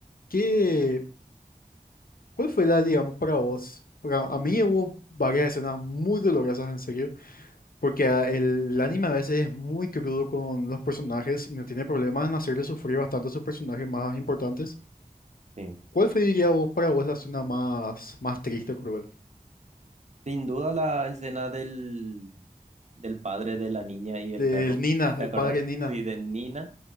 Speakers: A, on the left; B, on the right.
A: qué? ¿Cuál fue la, digamos, para vos? Para- a mí hubo varias escenas muy dolorosas, en serio, porque ah, el, el anime a veces es muy crudo con los personajes y no tiene problemas en hacerle sufrir bastante a sus personajes más importantes.
B: Sí.
A: ¿Cuál fue, diría vos, para vos la escena más, más triste o cruel?
B: Sin duda la escena del, del padre de la niña y
A: Del
B: el perro.
A: Nina,
B: ¿Te
A: el
B: acuerdas?
A: padre Nina.
B: Sí, de Nina.